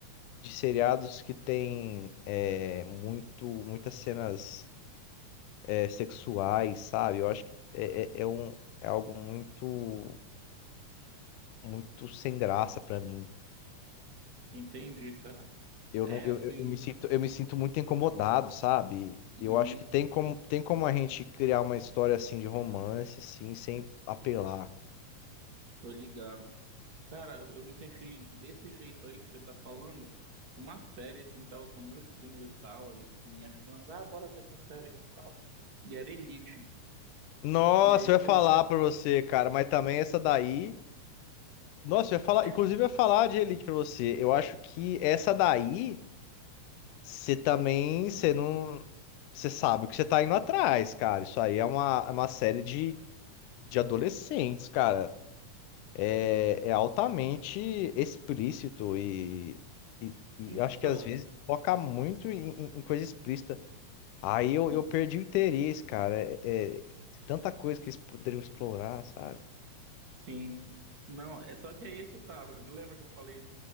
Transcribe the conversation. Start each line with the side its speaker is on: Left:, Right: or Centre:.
Left: de seriados que tem é, muito, muitas cenas é, sexuais, sabe? Eu acho que é, é, é um, é algo muito, muito sem graça pra mim.
Right: Entendi, cara.
Left: Eu
Right: É
Left: não, eu,
Right: assim,
Left: eu eu me sinto, eu me sinto muito incomodado, sabe?
Right: uhum,
Left: E Eu acho que tem como, tem como a gente criar uma história assim de romance, sim, sem apelar.
Right: tô ligado. Cara, eu eu me senti desse jeito aí que você tá falando. Uma série, assim, tava com os meus primos e tal. Aí, tipo, minhas primas, ah, bora ver essa série aqui e tal. E era Elite.
Left: Nossa,
Right: E aí, essa
Left: eu ia falar
Right: Elite.
Left: pra você, cara, mas também essa daí. Nossa, eu ia falar,
Right: É,
Left: inclusive
Right: cara.
Left: eu ia falar de Elite pra você. Eu acho que essa daí, você também, você não, você sabe o que você tá indo atrás, cara. Isso aí é uma, é uma série de, de adolescentes, cara. é é altamente explícito e, e- e
Right: Então,
Left: acho que às vezes foca muito em, em- em coisa explícita. Aí eu,
Right: e-
Left: eu perdi o interesse, cara. É, é tanta coisa que eles poderiam explorar, sabe?
Right: sim. Não, é só que aí é que tá. Lembra que eu falei,